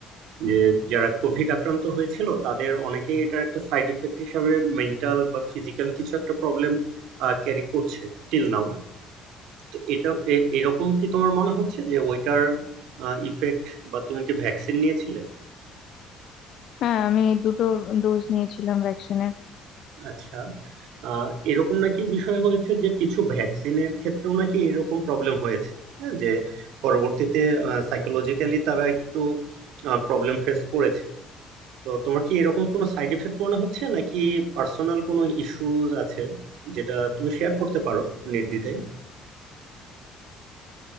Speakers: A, on the right; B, on the left.
A: যে যারা কোভিড আক্রান্ত হয়েছিল তাদের অনেকেই এটার একটা সাইড এফেক্ট হিসাবে মেন্টাল বা ফিজিক্যাল কিছু একটা প্রবলেম ক্যারি করছে টিল নাও তো এটা এ- এরকম কি তোমার মনে হচ্ছে যে ওইটার ইফেক্ট বা তুমি কি ভ্যাকসিন নিয়েছিলে
B: হ্যাঁ আমি দুটো ডোজ নিয়েছিলাম ভ্যাকসিনের
A: আচ্ছা আহ, এরকম নাকি বিষয় হয়েছে যে কিছু ভ্যাকসিনের ক্ষেত্রেও নাকি এরকম প্রবলেম হয়েছে হ্যাঁ যে পরবর্তীতে সাইকোলজিক্যালি তারা একটু প্রবলেম ফেস করেছে তো তোমার কি এরকম কোনো সাইড এফেক্ট মনে হচ্ছে নাকি পার্সোনাল কোনো ইস্যুজ আছে যেটা তুমি শেয়ার করতে পারো নির্দ্বিধায়